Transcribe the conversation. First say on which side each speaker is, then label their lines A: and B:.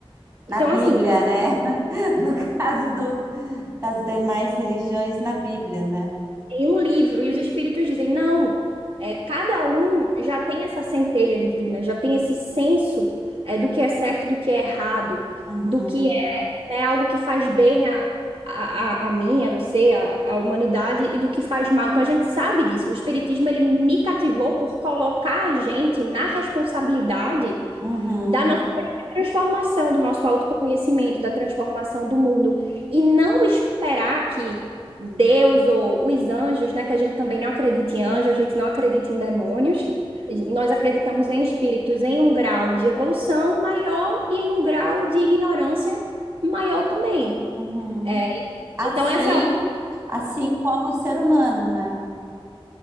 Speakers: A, on the right (about 65°); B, on the right (about 35°).
A: Então,
B: Na Bíblia,
A: assim.
B: né? <laughs> No caso do, das demais religiões, na Bíblia, né?
A: em um livro, e os espíritos dizem, não, é, cada um já tem essa centelha divina, já tem esse senso é, do que é certo, do que é errado,
B: Uhum,
A: do que é, né, algo que faz bem a, a, a a mim, a você, a, a humanidade, e do que faz mal. Então a gente sabe disso. O espiritismo, ele me cativou por colocar a gente na responsabilidade
B: uhum,
A: da nossa própria transformação, do nosso autoconhecimento, da transformação do mundo. E não esperar que Deus ou os anjos, né, que a gente também não acredita em anjos, a gente não acredita em demônios. Nós acreditamos em espíritos em um grau de evolução maior e em um grau de ignorância maior também.
B: uhum.
A: É,
B: Assim,
A: então, é assim, ó,
B: assim como o ser humano, né?